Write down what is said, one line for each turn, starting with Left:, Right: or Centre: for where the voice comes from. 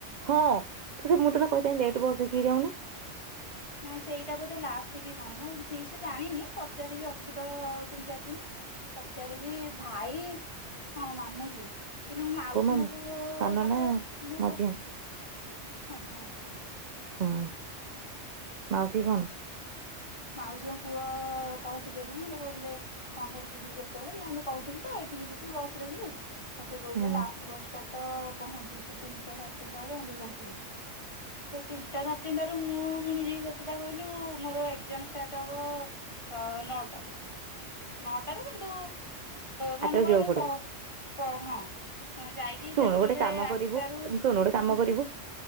Right: ହଁ ତ ସେ ମୁଁ ତତେ କହିଥାନ୍ତି ଲେଟେ ବସ୍ ଦେଖିକି ଯାଉନୁ?
Left: ନାଇଁ ସେଇଟା ବୋଧେ ଲାଷ୍ଟ କି କଣ। ମୁଁ ଠିକ୍ ସେ ଜାଣିନି ପଚାରିବି ଅଛି ତ ତିନି ଚାରି ଦିନ।
Right: ହଁ <inaudible>
Left: ପଚାରିବି ଭାଇ ହଁ ମାମୁଁ ଯିବେ। କିନ୍ତୁ ମାଉସୀଙ୍କ
Right: କୋଉ ମାମୁଁ?
Left: ପୁଅ
Right: ସାନ
Left: ପଚାରି
Right: ନା
Left: ମୁଁ
Right: ମଝିଆ
Left: ମଝିଆ ମଝିଆ।
Right: ହୁଁ, ମାଉସୀ କଣ?
Left: ମାଉସୀଙ୍କ ପୁଅ କହୁଥିଲେ ଯେ ମତେ କହୁଥିଲେ କଣ କେମତି ଯିବୁ କେତେବେଳେ ମୁଁ ଏମିତି କହୁଥିଲି ତ ଏଠିକି ଯିବି ବସ୍ ରେ ଯିବି। ତ ସେ କହୁଥିଲେ
Right: ହୁଁ
Left: ଲାଷ୍ଟ୍ ବସଟା ତ ପହଞ୍ଚୁଛି ତିନିଟା ସାଢେ ତିନିଟା ବେଳେ ଏମିତି କହୁଥିଲେ। ତ ତିନିଟା ସାଢେ ତିନିଟା ରୁ ମୁଁ ପୁଣି ଯିବି କେତେଟା କହିଲୁ ମୋର ଏ ଏକ୍ଜାମ ଷ୍ଟାର୍ଟ ହବ ନଅଟା ରୁ। ନଅଟାରୁ କିନ୍ତୁ ମନେକର
Right: ଆଠଟାରୁ ଯିବାକୁ
Left: ମୁଁ
Right: ପଡିବ
Left: ପ ପହଁ ଯାଇକି
Right: ଶୁଣୁ
Left: ସେଣ୍ଟରରେ
Right: ଗୋଟେ କାମ
Left: ଆଠଟା
Right: କରିବୁ
Left: ରୁ
Right: ଶୁଣୁ ଗୋଟେ
Left: ଭିତରକୁ
Right: କାମ କରିବୁ
Left: ଯିବି।